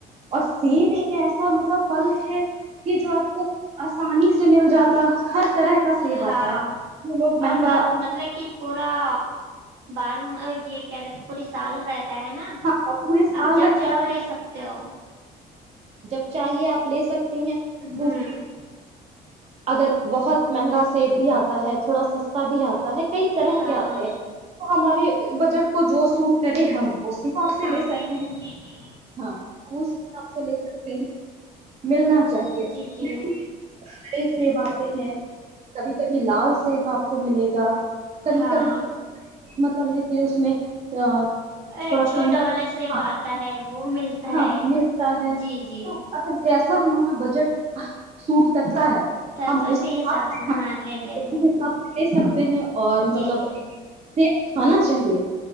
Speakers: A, on the right; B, on the right.
A: اور سیب ایک ایسا مطلب فل ہے کہ جو آپ کو آسانی سے مل جاتا ہر طرح کا سیب
B: ہاں
A: آتا ہے جو لوگ
B: اور
A: مہنگا
B: مطلب کہ پورا بار یہ کیا کہتے پوری سال رہتا ہے نا
A: پورے سال
B: آپ جب
A: رہتا
B: چاہو
A: ہے
B: لے سکتے ہو
A: جب چاہیے آپ لے سکتی ہیں
B: ہوں
A: دوسری اگر بہت مہنگا سیب بھی آتا ہے تھوڑا سستا بھی آتا ہے کئی طرح
B: ہاں
A: کے آتے ہیں ہمارے بجٹ کو جو سوٹ کرے ہم اس حساب سے
B: ہاں
A: لے سکتے
B: بھائی
A: ہیں
B: جی جی
A: ہاں ہم اس حساب سے لے سک ملنا چاہیے
B: جی
A: اس
B: جی
A: میں بھی ہارے سیب آتے ہیں کبھی کبھی لاس سیب آپ کو ملے گا کبھی
B: ہاں
A: کبھی مطلب ہے کہ اس میں آ،
B: ایک
A: تھوڑا
B: چھوٹا
A: پیلا
B: والا سب
A: ہاں
B: آتا ہے وہ ملتا
A: ہاں
B: ہے
A: ملتا ہے
B: جی جی
A: تو اگر جیسے سا ہمارا بجٹ سوٹ کرتا ہے
B: تب
A: ہم
B: اسی
A: اس سےھ
B: حساب سے ہاں لے لیتے
A: اسی
B: ہیں
A: <unintelligible> حساب سے لے سکتے ہیں اور
B: جی
A: مطلب
B: جی
A: سیب کھانا چاہیے